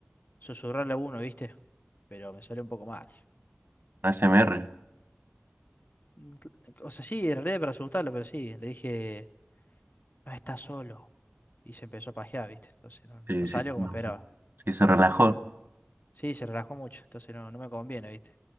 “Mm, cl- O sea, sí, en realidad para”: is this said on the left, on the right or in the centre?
Left